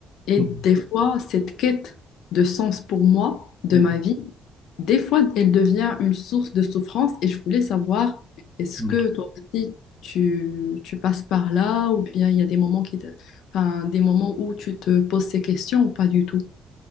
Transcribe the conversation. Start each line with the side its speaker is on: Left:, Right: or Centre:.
Left: Et
Centre: mhm,
Left: des fois, cette quête de sens pour moi, de
Centre: mhm,
Left: ma vie, des fois, elle devient une source de souffrance. Et je voulais savoir, est-ce
Centre: mhm.
Left: que toi aussi, tu, tu passes par là ou bien il y a des moments qui te- enfin, des moments où tu te poses ces questions ou pas du tout?